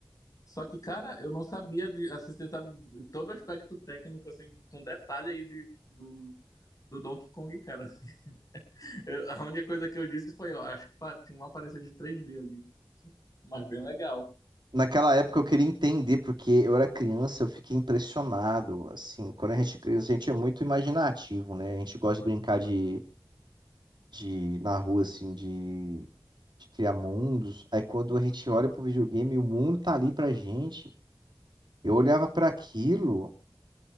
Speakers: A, on the left; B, on the right.
A: Só que, cara, eu não sabia de, assim, você sabe todo o aspecto técnico, assim, com detalhe aí de, do, do Donkey Kong, cara, assim. <laughs> Eu- a única coisa que eu disse foi, ó, acho que pá, tinha uma aparência de três d ali, mas bem legal.
B: Naquela época eu queria entender, porque eu era criança, eu fiquei impressionado. Assim, quando a gente é criança, a gente é muito imaginativo, né? A gente gosta de brincar de, de na rua, assim, de, de criar mundos. Aí quando a gente olha pro videogame, o mundo tá ali pra gente. Eu olhava pra aquilo.